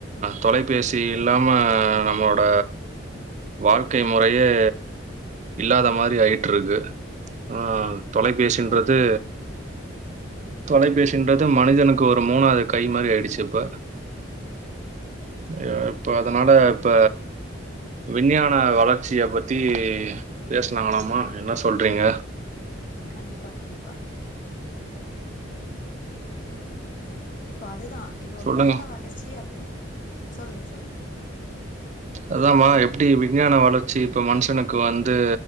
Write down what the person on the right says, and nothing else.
தொலைபேஸ் இல்லாம நம்மளோட வாழ்க்கை முறையே இல்லாத மாரி ஆய்ட்ருக்கு ஆ தொலைபேசின்றது
தொலைபேசின் மனிதனுக்கு ஒரு மூணாவது கை மாரி ஆய்டுச்சு இப்ப ஐய இப்ப அதனால இப்ப விஞ்ஞான வளர்ச்சிய பத்தி பேசனாங்களாமா என்ன சொல்றீங்க
சொல்லுங்க.
அதாம்மா எப்டி விஞ்ஞான வளர்ச்சி இப்போ மனுஷனுக்கு வந்து